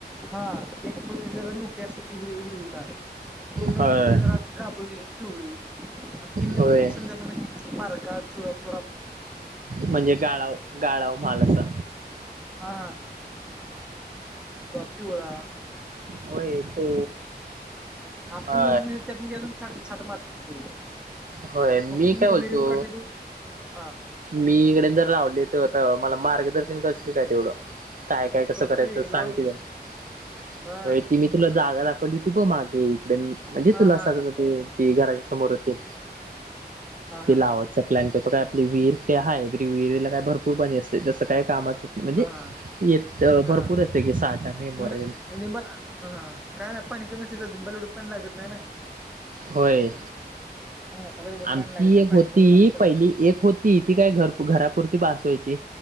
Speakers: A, in the centre; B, on the right.
A: हा एक नंबर म ज रमू की हिर हिरवी ला प नऊ
B: होय
A: म्ह जरा अशी घाबरलीव तिन्
B: होय
A: संध्या म्हणजे पारका चुरात
B: म्हणजे गाळाव गाळाव माल असा
A: हा िवळा
B: होय तो
A: आपण
B: हा
A: त्यातनं अजून छाट छाट मारते ती करून
B: होय मी
A: मग ती
B: काय
A: हिरवी
B: बोलतो
A: हिरवी काढते ती हा
B: मी इकडे जर रावले ते मला मार्गदर्शन करशील काय तेवढं काय काय कसं
A: करतो
B: करायचं
A: की
B: सांग
A: लाव की
B: कि
A: हा
B: ती मी तुला जागा दाखवली होती प मागे म्हणजे
A: हा
B: तुला अस
A: हा
B: घराच्या समोर होते
A: हा
B: ति
A: हा
B: लावचा
A: हा
B: प्लॅन करतो काय आपले विहीर का हय विहिरला काय भरपूर पाणी असते जसं काय काम म्हणजे
A: हा हा
B: येत
A: हा
B: भरपूर असते की साठ मे पर्यंत
A: मग काय नाही पाणी कमल बलूड पाणी लागत नाही ना
B: होय
A: हा त्याला एवढं
B: आमची
A: पाणी लागत नाही
B: एक
A: पाणी
B: होती
A: कमी असलं चालतंय
B: पहिली एक होती ती काय घर घरापुरती बासवायची